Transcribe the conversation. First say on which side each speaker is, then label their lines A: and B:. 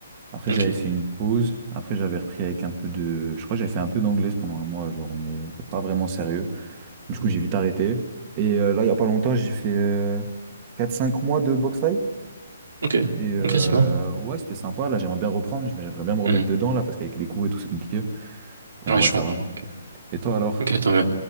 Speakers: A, on the right; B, on the right.
A: Après,
B: Ok,
A: j'avais fait une pause. Après, j'avais repris avec un peu de. Je crois que j'avais fait un peu d'anglaise pendant un mois, genre, mais pas vraiment sérieux. Du coup,
B: Mm.
A: j'ai vite arrêté. Et euh, là, il y a pas longtemps, j'ai fait euh, 4-5 mois de boxe thaï.
B: ok,
A: Et euh,
B: ok, c'est bon.
A: ouais, c'était sympa. Là, j'aimerais bien reprendre. mais J'aimerais bien me remettre
B: Mm.
A: dedans, là, parce qu'avec les cours et tout, c'est compliqué. Mais
B: Ouais,
A: en vrai,
B: je
A: ça
B: comprends.
A: va.
B: Ok,
A: Et toi, alors?
B: ok, tant mieux.